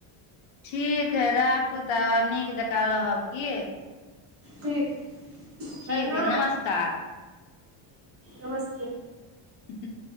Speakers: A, on the left; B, on the right.
A: ठीक हे राखू तऽ नीक जकाँ रहब कि हे
B: ठीक प्रणाम
A: ठीक हइ नमस्कार
B: नमस्ते
A: हूँ-ह